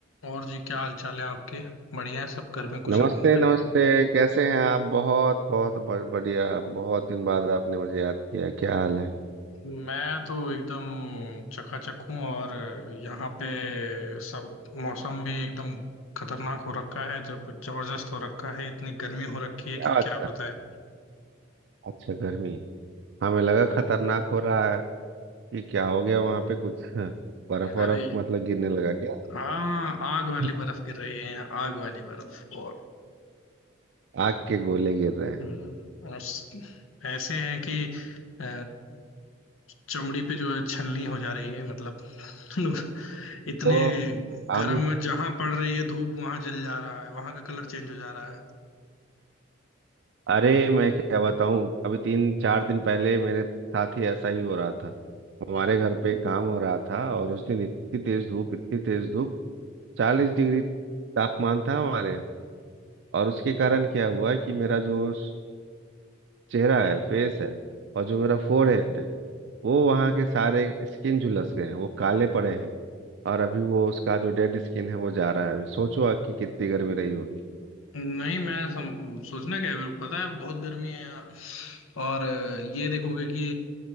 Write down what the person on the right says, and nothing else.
नमस्ते
नमस्ते कैसे हैं आप बहुत बहुत ब- बढ़िया बहुत दिन बाद आपने मुझे याद किया क्या हाल है
क्या
बात
कर
अच्छा गर्मी हमें लगा खतरनाक हो रहा है कि क्या हो गया वहां पे कुछ बर्फ
बर्फ मतलब गिरने लगा क्या
<laughs>
आग के गोले गिर रहे हैं
तो हम
अरे मैं क्या बताऊं अभी तीन चार दिन पहले मेरे साथ ही ऐसा ही हो रहा था हमारे
घर पे काम हो रहा था और उस दिन इतनी तेज धूप इतनी तेज धूप चालीस डिग्री तापमान था हमारे और उसके कारण क्या हुआ कि मेरा जो स- चेहरा है फेस है और जो मेरा फोरहेड है वो वहाँ के सारे स्किन झुलस गए हैं वो काले पड़े हैं और अभी वो उसका जो डेड स्किन है वो जा रहा है अभी सोचो आप कि कितनी गर्मी रही होगी